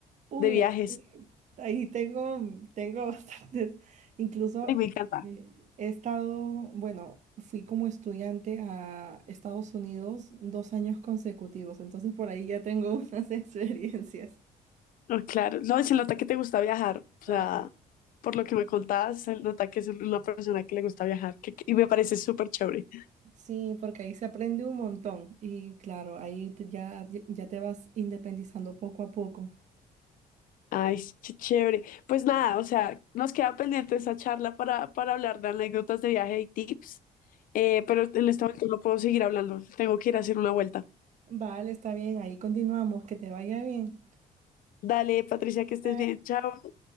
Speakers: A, on the right; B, on the left.
A: Uy,
B: de viajes.
A: aquí- ahí tengo, tengo <laughs> bastantes. Incluso
B: Ay, me
A: eh,
B: encanta.
A: eh, he estado, bueno, fui como estudiante a Estados Unidos dos años consecutivos, entonces por ahí ya tengo <laughs> unas experiencias.
B: No, claro. No, se nota que te gusta viajar. O
A: Ay.
B: sea, por lo que me contabas, se nota que es una persona que le gusta viajar. que- que- y me parece súper chévere.
A: Sí, porque ahí se aprende un montón y claro, ahí te- ya, ya te vas independizando poco a poco.
B: Ay, sí, qué chévere. Pues nada, o sea, nos queda pendiente esa charla para, para hablar de anécdotas de viaje y tips. Eh, pero en este momento no puedo seguir hablando. Tengo que ir a hacer una vuelta.
A: Vale, está bien, ahí continuamos, que te vaya bien.
B: Dale, Patricia, que estés
A: Bye.
B: bien. Chao.